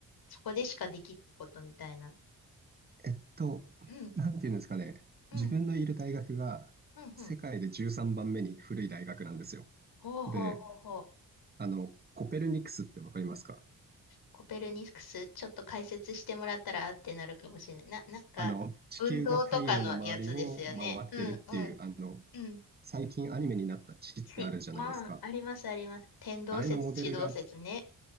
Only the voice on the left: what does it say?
そこでしかできないことみたいな。
うん、
うん、
うん、うん。ほうほうほうほう。
コペルニクス、ちょっと解説してもらったらあってなるかもしれない。な、なんか、
運動とかのやつですよね。うん、うん、
うん。
ち、ああ、あります、あります。天動説、
地動説ね。